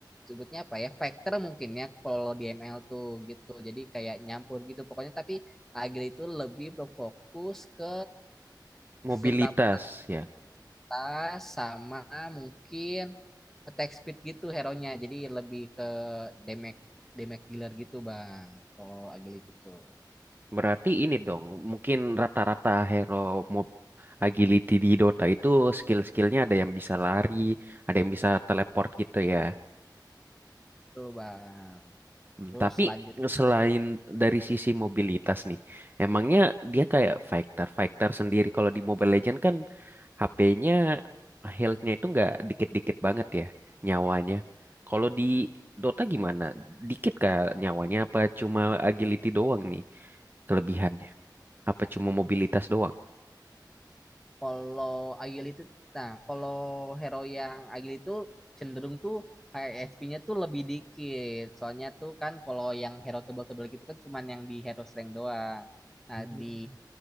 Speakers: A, in the centre; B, on the right (about 25°).
A: sebutnya apa ya factor mungkin ya kalau di ML tuh gitu jadi kayak nyampur gitu pokoknya tapi agility itu lebih berfokus ke
B: mobilitas
A: seberapa
B: ya.
A: tas sama mungkin attack speed gitu hero-nya. Jadi lebih ke damage damage dealer gitu, Bang. Kalau agility tuh.
B: Berarti ini dong, mungkin rata-rata hero mob agility di Dota itu skill-skillnya ada yang bisa lari, ada yang bisa teleport gitu ya.
A: Betul, Bang.
B: Hmm,
A: Terus
B: Tapi
A: selanjut
B: selain dari sisi mobilitas nih, emangnya dia kayak fighter fighter sendiri kalau di Mobile Legends kan HP-nya health-nya itu nggak dikit-dikit banget ya nyawanya. Kalau di Dota gimana? Dikit kah nyawanya apa cuma agility doang nih kelebihannya? Apa cuma mobilitas doang?
A: kalau agility nah, kalau hero yang agility itu cenderung tuh HP-nya tuh lebih dikit. Soalnya tuh kan kalau yang hero tebal-tebal gitu kan cuman yang di hero slang doang. Nah,
B: Hmm.
A: di